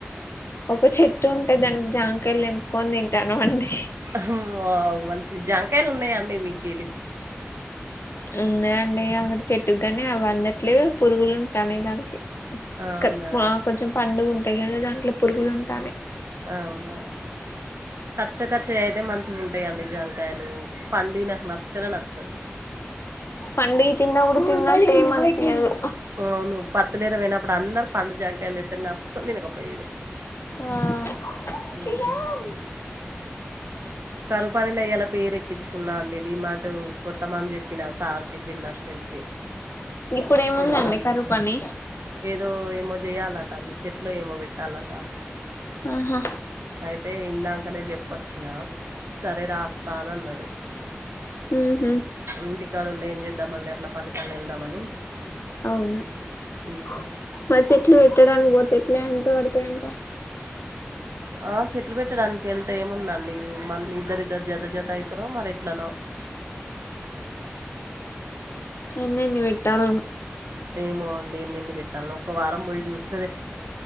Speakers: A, on the left; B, on the right.
A: ఒక చెట్టు ఉంటే దానికి జాంకయలు తెంపుకొని తింటాన్నం అండి
B: హమ్ వావ్ మంచి జాంకాయలు ఉన్నాయాండి మీకెళ్ళి
A: ఉన్నాయి అండి అకడ చెట్టుకు గాని అవి అందట్లేవ్ పురుగులు ఉంటాన్నయి దాంట్లో
B: అవునా
A: క కొంచెం పండుగ ఉంటాయి గదా దాంట్లో పురుగులు ఉంటాన్నాయి
B: అవునా కచ్చ కచ్చయి అయితే మంచిగుంటాయండి జాంకాయలు పండివి నాకు నచ్చనే నచ్చవు
A: పండివి తిన్న గుడా తిన్నట్టు ఎం అనిపియదు
B: అవును పత్తిలేరా పోయినప్పుడు అందరు పండు జాంకాయలు తెత్తారు నేన్ అస్సలు తినకపోయేది
A: ఆ
B: ఉమ్.
A: తినాం
B: కరువు పనీల ఇయ్యాల పేరు ఎక్కిచ్చుకున్న అండి డిమాట్ కొట్ ట్టమని చెప్పిన సార్కి బిల్లసిస్టెంట్కి
A: ఇప్పుడు ఏముందండి
B: కొడతా అన్న
A: కరువు పని
B: ఏదో ఏమో చేయాలట అన్ని చెట్లో ఏమో పెట్టాలట
A: ఆహా
B: అయితే ఇందంకానే చెప్పొచ్చినా సరే రాస్తా అని అన్నడు
A: ఉహూ
B: ఇంటికాడ ఉండి ఏం చేద్దాం అని అట్ల పనికి అన్న వెళ్దామని
A: అవును
B: ఉమ్.
A: <inaudible> మరి చెట్లు పెట్టడానికి పోతే ఎట్లా ఎంత పడతయి అంట
B: ఆ చెట్లు పెట్టడానికి ఎంత ఏముంది అండి మంద్ ఇద్దరిద్దరు జత్ త జత అయితరో మరి ఎట్లనో
A: ఎన్ని ఎన్ని వెట్టలో
B: ఏమో అండి ఎన్నెన్ని పెట్టాల్నో ఒక్క వారం పోయి జుస్